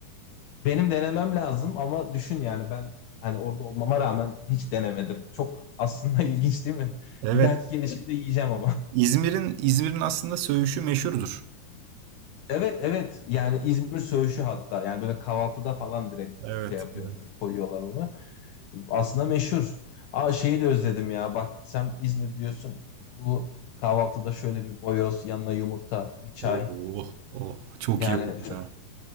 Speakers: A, on the left; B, on the right.
A: Benim denemem lazım ama düşün yani ben hani orada olmama rağmen hiç denemedim. Çok aslında <laughs> ilginç değil mi?
B: Evet.
A: Bir dahaki Evet. gelişimde yiyeceğim ama. <laughs>
B: İzmir'in İzmir'in aslında söğüşü meşhurdur.
A: Evet evet yani İzmir söğüşü hatta yani böyle kahvaltıda falan direkt
B: Evet,
A: şey yapıyorlar
B: evet.
A: koyuyorlar onu. Aslında meşhur. Aa şeyi de özledim ya. Bak sen İzmir diyorsun. Bu kahvaltıda şöyle bir boyoz, yanına yumurta, bir çay.
B: Oh, oh. Çok
A: Yani
B: iyi oldu
A: çok,
B: ya.